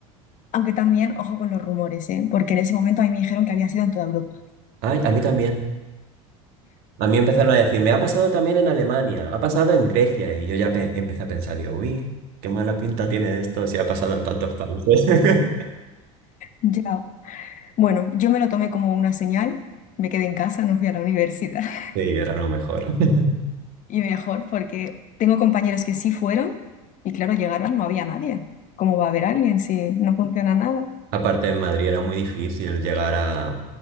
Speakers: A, on the left (about 45°); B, on the right (about 60°).
A: Aunque también, ojo con los rumores, ¿eh? Porque en ese momento a mí me dijeron que había sido en toda Europa.
B: Ay, a mí también. A mí empezaron a decir, me ha pasado también en Alemania, ha pasado en Grecia, y yo ya pe- empecé a pensar, digo, uy, qué mala pinta tiene esto si ha pasado en tantos países. <laughs>
A: Ya. Bueno, yo me lo tomé como una señal, me quedé en casa, no fui a la universidad. <laughs>
B: Sí, era lo mejor. <laughs>
A: Y mejor porque tengo compañeros que sí fueron y claro, llegaron, no había nadie. ¿Cómo va a haber alguien si no funciona nada?
B: Aparte en Madrid era muy difícil llegar a, a,